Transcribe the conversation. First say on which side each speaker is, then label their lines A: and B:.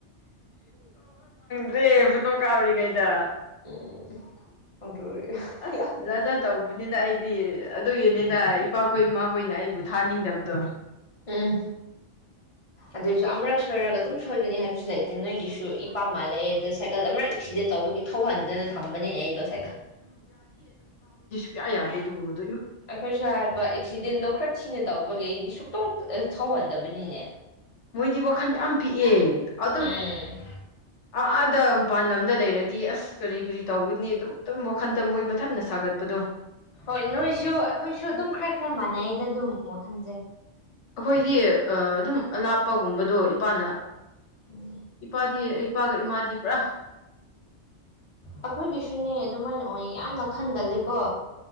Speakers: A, on the left; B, on the left.
A: ꯑꯦ ꯐꯣꯇꯣ ꯀꯥꯞꯔꯤꯉꯩꯗ
B: ꯎꯝ ꯑꯗꯨ
A: ꯑꯁ
B: ꯌꯥꯝꯅ
A: ꯖꯥꯇꯖꯠ ꯇꯧꯕꯅꯤꯅ ꯑꯩꯗꯤ ꯑꯗꯨꯒꯤꯅꯦꯗ ꯏꯄꯥꯈꯣꯏ ꯏꯃꯥꯈꯣꯏꯅ ꯑꯩꯕꯨ ꯊꯥꯅꯤꯡꯗꯕꯗꯣ
B: ꯎꯝ ꯑꯗꯨꯏꯁꯨ ꯑꯃꯨꯔꯛ ꯁꯣꯏꯔꯒ ꯑꯗꯨꯝ ꯁꯣꯏꯒꯅꯤ ꯍꯥꯏꯕꯁꯨ ꯂꯩꯇꯦ ꯅꯣꯏꯒꯤꯁꯨ ꯏꯄꯥꯝ ꯃꯥꯜꯂꯛꯑꯦ ꯑꯗꯣ ꯁꯥꯏꯀꯜ ꯑꯃꯔꯛ ꯑꯦꯛꯁꯤꯗꯦꯟ ꯇꯧꯕꯒꯤ ꯊꯧꯍꯟꯗꯅ ꯊꯝꯕꯅꯤꯅꯦ ꯑꯩꯗꯣ ꯁꯥꯏꯀꯜ
A: ꯌꯥ ꯌꯥꯗꯦ ꯑꯗꯨꯒꯨꯝ
B: ꯑꯩꯈꯣꯏꯁꯨ ꯍꯥꯏꯕ ꯑꯦꯛꯁꯤꯗꯦꯟꯗꯣ ꯈꯔ ꯊꯤꯅ ꯇꯧꯕꯒꯤ ꯑꯩꯗꯤ ꯁꯨꯛꯇꯧ ꯁꯧꯍꯟ ꯇꯕꯅꯤꯅꯦ
A: ꯃꯣꯏꯗꯤ ꯋꯥꯈꯜ ꯌꯥꯝ ꯄꯤꯛꯑꯦ ꯑꯗꯨꯝ
B: ꯎꯝ
A: ꯑꯗ ꯃꯄꯥꯟ ꯂꯝꯗ ꯂꯩꯔꯗꯤ ꯑꯁ ꯀꯔꯤ ꯀꯔꯤ ꯇꯧꯒꯅꯤ ꯑꯗꯨꯝ ꯑꯗꯨꯝ ꯋꯥꯈꯟꯗ ꯃꯣꯏ ꯃꯊꯟꯅ ꯁꯥꯒꯠꯄꯗꯣ
B: ꯍꯣꯏ ꯅꯣꯏꯁꯨ ꯑꯩꯈꯣꯏꯁꯨ ꯑꯗꯨꯝ ꯈꯔ ꯈꯔ ꯃꯥꯟꯅꯩꯗ ꯑꯗꯨꯝ ꯋꯥꯈꯟꯁꯦ
A: ꯑꯩꯈꯣꯏꯗꯤ ꯑꯗꯨꯝ ꯑꯂꯥꯞꯄꯒꯨꯝꯕꯗꯣ ꯏꯄꯥꯅ
B: ꯎꯝ
A: ꯏꯄꯥ ꯑꯗꯤ ꯏꯄꯥꯒ ꯏꯃꯥꯗꯤ ꯄꯨꯔꯥ
B: ꯑꯩꯈꯣꯏꯒꯤꯁꯅꯦ ꯑꯗꯨꯃꯥꯏꯅ ꯑꯣꯏ ꯌꯥꯝꯅ ꯈꯟꯒꯜꯂꯤꯀꯣ